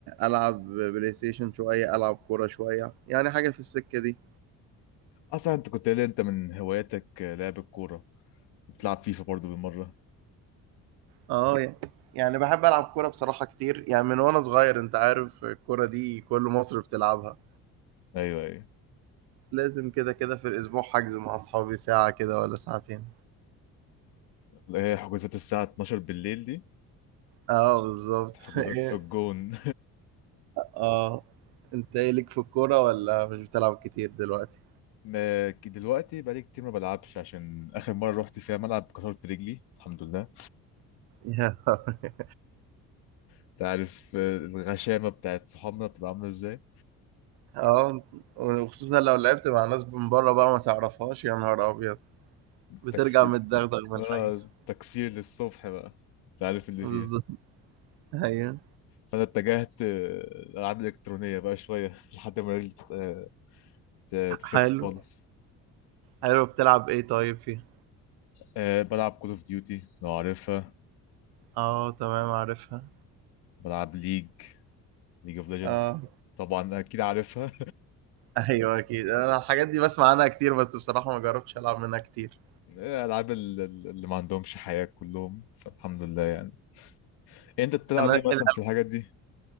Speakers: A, on the right; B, on the left.
A: العب بلاي ستيشن شوية العب كورة شوية يعني حاجة في السكة دي
B: اصلا انت كنت قايل لي انت من هواياتك لعب الكوره بتلعب فيفا برضو بالمره
A: اه يعني يعني بحب العب كورة بصراحة كتير يعني من وانا صغير انت عارف الكورة دي كل مصر بتلعبها
B: ايوه ايوه
A: لازم كده كده في الاسبوع حجز مع اصحابي ساعة كده ولا ساعتين
B: اللي هي حجوزات الساعه 12 بالليل دي
A: اه بالظبط
B: حجوزات
A: <laughs>
B: في الجون
A: اه انت ايه ليك في الكورة ولا مش بتلعب كتير دلوقتي
B: <laughs> ما ك- دلوقتي بقالي كتير ما بلعبش عشان اخر مره رحت فيها ملعب كسرت رجلي الحمد لله
A: <laughs> يا لهوي.
B: انت عارف آه، الغشامه بتاعت صحابنا بتبقى عامله ازاي
A: اه وخصوصا لو لعبت مع ناس من بره بقى ما تعرفهاش يا نهار ابيض بترجع
B: تكسير
A: متدغدغ من
B: اه
A: الحجز
B: تكسير للصبح بقى انت عارف اللي
A: بالظبط
B: فيها
A: ايوه
B: فانا اتجهت آه، الالعاب الالكترونيه بقى شويه <laughs> لحد ما رجلي تت- آه، ت- تخف
A: حلو
B: خالص
A: حلو بتلعب ايه طيب فيها
B: آه، بلعب كول اوف ديوتي لو عارفها
A: اه تمام عارفها
B: بلعب ليج ليج اوف ليجندز
A: اه
B: طبعا اكيد عارفها
A: ايوه اكيد انا الحاجات دي بسمع عنها كتير بس بصراحة ما جربتش العب منها كتير
B: <laughs> آه، العاب ال- ال- اللي ما عندهمش حياه كلهم فالحمد لله يعني انت بتلعب
A: انا
B: ايه مثلا
A: ال-
B: في الحاجات دي